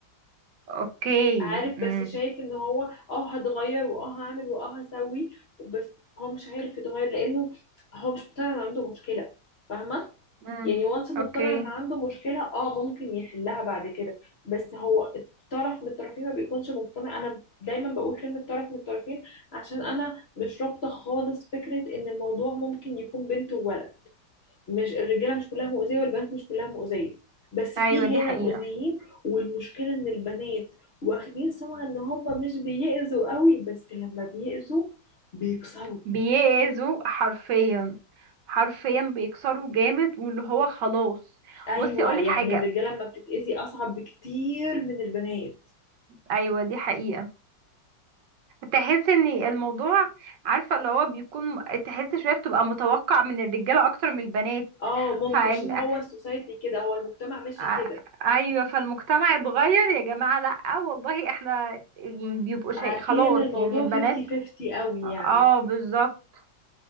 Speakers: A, on the right; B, on the left.
A: اوكي
B: عارف بس
A: امم
B: شايف ان هو اه هتغير واه هعمل واه هسوي بس هو مش عارف يتغير لانه هو مش مقتنع ان عنده مشكلة فاهمة
A: امم
B: يعني وانس انه
A: اوكي
B: اقتنع ان عنده مشكلة اه ممكن يحلها بعد كده بس هو الطرف من الطرفين ما بيكونش مقتنع انا دايما بقول كلمة طرف من الطرفين عشان انا مش رابطة خالص فكرة ان الموضوع ممكن يكون بنت وولد مش الرجالة مش كلها مؤذية والبنات مش كلها مؤذية بس
A: ايوه
B: في
A: دي حقيقة
B: هنا مؤذيين والمشكلة ان البنات واخدين سمعة ان هم مش بيأذوا قوي بس لما بيأذوا بيكسروا
A: بيأذوا حرفيا حرفيا بيكسروا جامد واللي هو خلاص
B: ايوه
A: بصي اقولك
B: يعني
A: حاجة
B: الرجاله لما بتتأذي اصعب بكتير من البنات
A: ايوه دي حقيقة تحس ان الموضوع عارفة اللي هو بيكون تحس شوية بتبقى متوقع من الرجالة اكتر من البنات
B: اه ممكن
A: فال...
B: عشان هو السوسايتي كده هو المجتمع ماشي
A: ع-
B: كده
A: ايوه فالمجتمع اتغير يا جماعه لا والله احنا يعني بيبقوا شيء
B: عارفين
A: خلاص
B: ان الموضوع
A: يعني البنات
B: 50 50 قوي يعني
A: اه بالظبط